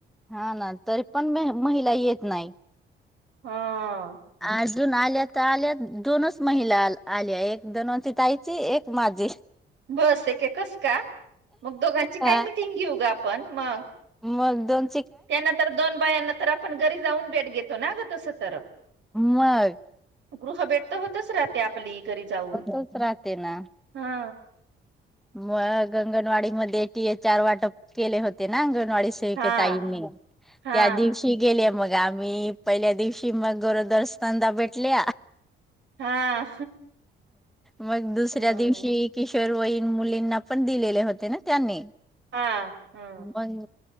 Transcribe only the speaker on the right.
हा
बस एके कस का मग दोघांची
काय मिीटिंग घेऊ ग आपण मग
त्यानंतर दोन बायानंतर आपण घरी जाऊन भेट घेतो ना ग तस तर
गृहभेट तर होतच राहते आपली घरी जाऊन
हा
हा
हा
हा
हं
हा हा हं